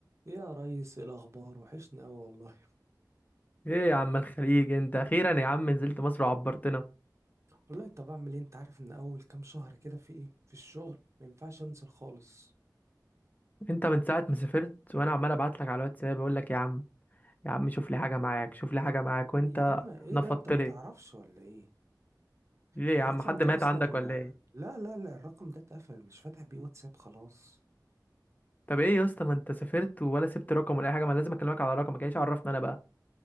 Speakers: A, on the right; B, on the left.
A: يا ريس إيه الاخبار وحشني قوي والله
B: ايه يا عم الخليج انت اخيرا يا عم نزلت مصر وعبرتنا
A: والله طب اعمل ايه انت عارف ان اول كام شهر كده في ايه في الشغل ما ينفعش انزل خالص
B: انت من ساعه ما سافرت وانا عمال ابعت لك على الواتساب اقول لك يا عم يا عم شوف لي حاجه معاك شوف لي حاجه معاك وانت
A: يا عم ايه
B: نفضت
A: ده انت ما
B: لي
A: تعرفش ولا ايه
B: ليه
A: الرقم
B: يا عم حد
A: ده
B: مات
A: اصلا
B: عندك ولا ايه
A: لا لا لا الرقم ده اتقفل مش فاتح بيه واتساب خلاص
B: طب ايه يا اسطى ما انت سافرت ولا سبت رقم ولا اي حاجه ما لازم اكلمك على رقمك ايش عرفنا انا بقى